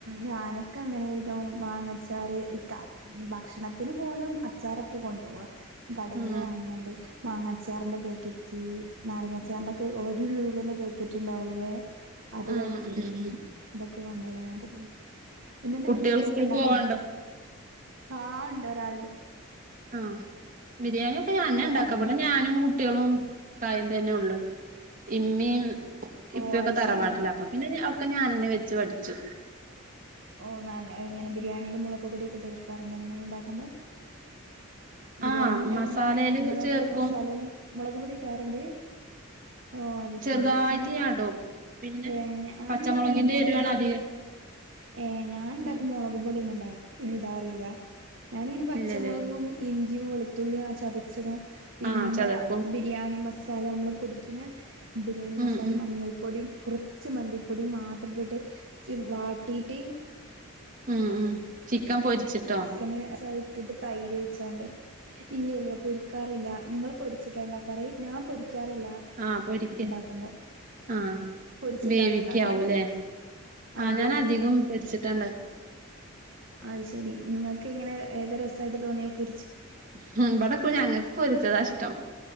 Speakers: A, on the right (about 60°); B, on the right (about 40°).
A: ഞാനൊക്കെ അങ്ങനേര്ന്നു മാങ്ങച്ചാറ് ഒട്ടാ ഭക്ഷണത്തിന് പോലും അച്ചാറൊക്കെ കൊണ്ടോവാ കടയിന്ന്
B: ഉം
A: വാങ്ങിയാണ്ട് മാങ്ങച്ചാറിൻ്റെ പാക്കറ്റ് നാരങ്ങച്ചാറിന്റൊക്കെ ഒരു രൂപേന്റെ പാക്കറ്റ് ഉണ്ടാവുല്ലേ അത്
B: ഉം
A: കഴിക്കലേനു
B: ഉം ഉം
A: ഇതൊക്കെ കൊണ്ടയാണ്ട്
B: ഉം
A: പിന്നെന്ത
B: കുട്ടികൾ
A: ബിരിയാണിയൊക്കെ
B: സ്കൂൾക്ക്
A: ഇണ്ടാക്കോ
B: പോവാണ്ടോ
A: ആഹ ഇണ്ട് ഒരാൾണ്ട്
B: ആഹ ബിരിയാണിയൊക്കെ ഞാനെന്നെണ്ടാക്ക
A: ഉണ്ടാക്കാറുണ്ട്
B: ഇബടെ ഞാനും കുട്ട്യാളും ക്കായും തന്നെ ഒള്ളു ഇമ്മീം
A: ഓഹ്
B: ഇപ്പിയൊക്കെ
A: അത്
B: തറവാട്ടില
A: ശരി
B: അപ്പൊ പിന്നെ ഒക്കെ ഞാനെന്നെ വെച്ചു പഠിച്ചു
A: ഓ നല എങ്ങനെ ബിരിയാണില് മുളക് പൊടിയൊക്കെ ചേർക്കാറുണ്ടോ നിങ്ങള്ണ്ടാക്കുമ്പോ ബിരിയാണിണ്ടാക്കുമ്പോ
B: ആഹ് മസാലേല്
A: മുളക്
B: ചേർക്കും
A: മസാലയില് മുളക് പൊടി ഇടാറുണ്ട് ഓ അത്
B: ചെറുതായിട്ട്
A: ശെരി ഞാന്
B: ഞാടും പിന്നെ
A: ഏ ഞാന്ണ്ടാക്കുമ്പോ
B: പച്ചമുളകിന്റെ
A: മൊളക്
B: എരുവാണ്
A: പൊടി
B: അധികം
A: ഏ ഞാൻ ഇണ്ടാക്കുമ്പൊ
B: ഉം
A: മുളകു പൊടിയൊന്നും ഇടാ ഇടാറില്ല ഞാനയിന് പച്ചമുളകും
B: ഇല്ലല്ലേ
A: ഇഞ്ചി വെളുത്തുള്ളിയും ആ ചതച്ചതും പിന്നെ
B: ആഹ് ചതക്കും
A: ബിരിയാണി മസ ല നമ്മള് പൊടിക്ക്‌ണ ബിരിയാണി മസാലിം
B: ഉം ഉം
A: മഞ്ഞൾ പൊടിയും കുറച്ച് മല്ലിപ്പൊടിയും മാത്രട്ടി സി വാട്ടിയിട്ട്
B: മ്മ് മ്മ് ചിക്കൻ പൊരിച്ചിട്ടോ
A: ച്ചിക്കന് ച ഇട്ടിട്ട് തൈര് ഒയിച്ചാണ്ട് ഇല്ല ഇല്ല പൊരിക്കാറില്ല നിങ്ങള് പൊരിച്ചിട്ട ഇണ്ടാക്കാറ് ഞാൻ പൊരിക്കാറില്ല
B: ആഹ് പൊരിക്ക
A: ഉണ്ടാക്കുമ്പോ
B: ആഹ്
A: പൊരിച്ചിട്ടാണോ
B: വേവിക്കാവൂലേ
A: ഉണ്ടാക്കാറ് ആ
B: ആഹ് ഞാൻ
A: വേവിക്കാൻ
B: അധികോം പൊരിച്ചിട്ടണ്ടാക്ക
A: അത് ശെരി നിങ്ങൾക്ക് എങ്ങനെ ഏത രസായിട്ട് തോന്നിയെ പൊരിച്ച്
B: മ്മ്ഹ് ഇബടെപ്പൊ ഞങ്ങക്ക് പൊരിച്ചതാ ഇഷ്ടം